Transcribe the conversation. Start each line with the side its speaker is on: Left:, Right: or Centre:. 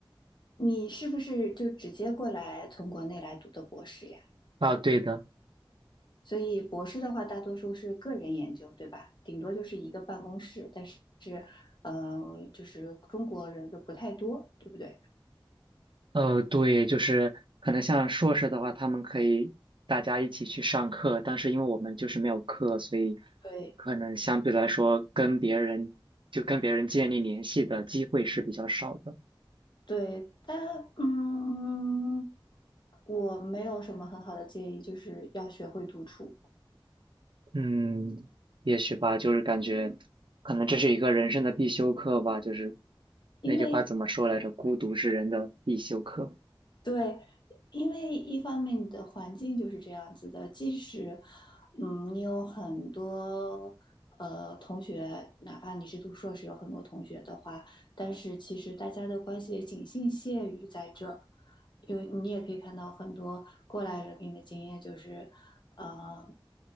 Left: 你是不是就直接过来从国内来读的博士呀？
Right: 啊？对的，
Left: 所以博士的话，大多数是个人研究，对吧？顶多就是一个办公室，但是呃，就是中国人就不太多，对不对？
Right: 呃，对，就是可能像硕士的话，他们可以大家一起去上课，但是因为我们就是没有课，所以
Left: 对
Right: 可能相对来说跟别人就跟别人建立联系的机会是比较少的。
Left: 对，但嗯，我没有什么很好的建议，就是要学会独处，
Right: 嗯，也许吧，就是感觉可能这是一个人生的必修课吧，就是
Left: 因为
Right: 那句话怎么说来着？孤独是人的必修课。
Left: 对，因为一方面你的环境就是这样子的，即使，嗯，你有很多呃同学，哪怕你是读硕士，有很多同学的话，但是其实大家的关系也仅限限于在这因为你也可以看到很多过来人给你的经验，就是，呃，